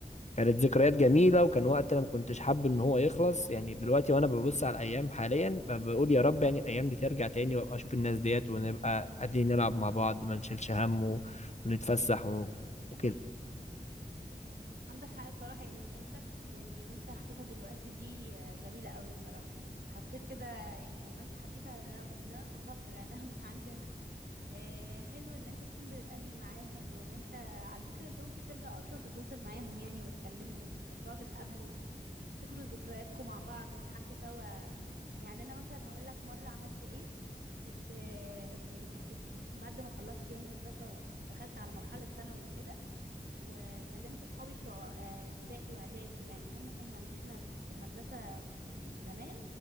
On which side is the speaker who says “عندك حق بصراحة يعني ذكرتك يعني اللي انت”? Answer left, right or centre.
Right